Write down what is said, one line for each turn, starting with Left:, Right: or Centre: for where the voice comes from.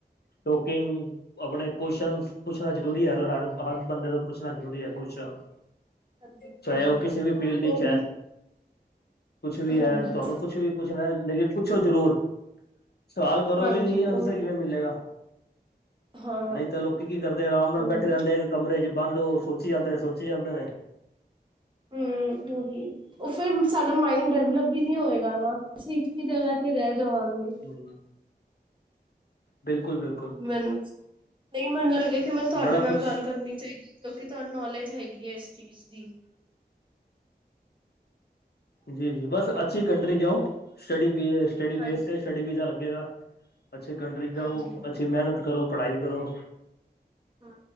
Left: ਟੋਕਿੰਗ ਆਪਣੇ ਕੁਸ਼ਚ ਪੁੱਛਣਾ ਜ ਜ਼ਰੂਰੀ ਹੈ ਹਰ ਬੰਦੇ ਤੋਂ ਕੁਛ ਨਾ ਜ਼ਰੂਰੀ ਹੈ ਕੋਸਨ।
Right: ਹਾਂਜੀ
Left: ਚਾਹੇ
Right: ਹਾਂਜੀ
Left: ਉਹ ਕਿਸੇ ਵੀ ਫੀਲਡ ਇਚ
Right: ਉਹੀ
Left: ਹੈ ਕੁਛ ਵੀ
Right: ਹਾਂਜੀ
Left: ਹੈ ਤੁਹਾਨੂੰ ਕੁਛ ਵੀ ਪੁੱਛਣਾ ਲੇਕਿਨ ਪੁੱਛੋ ਜ਼ਰੂਰ ਸਵਾਲ ਕਰੋਗੇ
Right: ਹਾਂਜੀ
Left: ਨਹੀਂ
Right: ਉਹੀ
Left: ਅੰਸਰ ਕਿਵੇਂ ਮਿਲੇਗਾ
Right: ਹਾਂ
Left: ਨਹੀਂ ਤੇ ਲੋਕੀ ਕੀ ਕਰਦੇ ਆਰਾਮ ਨਾਲ
Right: ਉਹੀ
Left: ਬੈਠੇ ਰਹਿੰਦੇ ਆ ਇੱਕ ਕਮਰੇ ਚ ਬੰਦ ਉਹ ਸੋਚੀ ਜਾਂਦੇ ਨੇ, ਸੋਚੀ ਜਾਂਦੇ ਨੇ।
Right: ਹੂੰ ਉਹੀ। ਉਹ ਫੇਰ ਸਾਡਾ ਮਾਇੰਡ ਡਿਵਲਪ ਵੀ ਨੀ ਹੋਏਗਾ ਨਾ ਅਸੀਂ ਇੱਕ ਹੀ ਜਗਾ ਤੇ ਰਹਿ ਜਾਵਾਂਗੇ।
Left: ਹੂੰ ਬਿਲਕਲ ਬਿਲ
Right: ਮੈਨੂੰ ਨਹੀਂ ਮੈਨ ਲੱਗਿਆ ਕਿ ਮੈਨੂੰ ਤੁਹਾਡੇ
Left: ਬੜਾ
Right: ਨਾਲ
Left: ਕੁਛ
Right: ਗੱਲ ਕਰਨੀ ਚਾਹੀਦੀ। ਕਿਉਂਕਿ ਤੁਹਾਨੂੰ ਨੌਲੇਜ ਹੈਗੀ ਹੈ ਇਸ ਚੀਜ਼ ਦੀ।
Left: ਜੀ-ਜੀ ਬਸ ਅੱਛੀ ਕੰਟਰੀ ਜਾਓ ਸਟਡੀ ਬੀ ਸਟੱਡੀ
Right: ਹਾਂਜੀ
Left: ਬੇਸ ਤੇ ਸਟੱਡੀ ਵੀਜਾ ਲੱਗੇਗਾ। ਅੱਛੇ ਕੰਟਰੀ ਜਾਓ
Right: ਹਾਂਜੀ
Left: ਅੱਛੀ ਮਿਹਨਤ ਕਰੋ ਪੜ੍ਹਾਈ ਕਰੋ।
Right: ਹਾਂ